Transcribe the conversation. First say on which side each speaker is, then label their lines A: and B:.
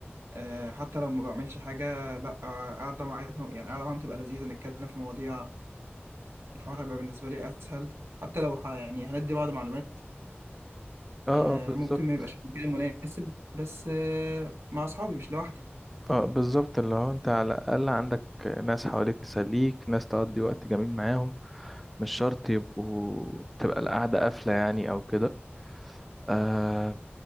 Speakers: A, on the right; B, in the centre.
A: آه، حتى لو ما بعملش حاجة لأ آه، قاعدة معاهم يعني قاعدة معاهم تبقى لذيذة نتكلم في مواضيع الحوار هيبقى بالنسبة لي أسهل حتى لو ح... يعني هندي بعض معلومات
B: اه
A: آه،
B: اه بالظبط
A: ممكن ما يبقاش مكان مناسب بس آه، مع أصحابي مش لوحدي
B: اه بالظبط اللي هو انت على الاقل عندك ناس حواليك تسليك ناس تقضي وقت جميل معاهم مش شرط يبقوا تبقى القعدة قافلة يعني أو كده آه